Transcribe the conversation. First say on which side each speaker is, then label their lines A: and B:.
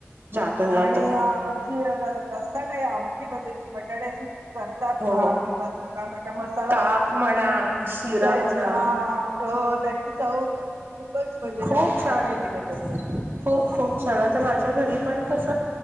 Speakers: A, on the right; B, on the right.
A: जातो जातो
B: आणि जी रसाट आहे आमटी म्हणजे ती बटाट्याची जी करतात
A: हो
B: ना किंवा तो काय म्हणतात मसाला
A: ताक
B: वापरून
A: म्हणा शिरा
B: त्याची
A: म्हणा
B: हा हो त्याची चव खूपच म्हणजे
A: खूप
B: काय
A: छान
B: प्रश्नच
A: आहे ती
B: नाही त्याचा
A: खूप खूप छान आता माझ घरी पण कस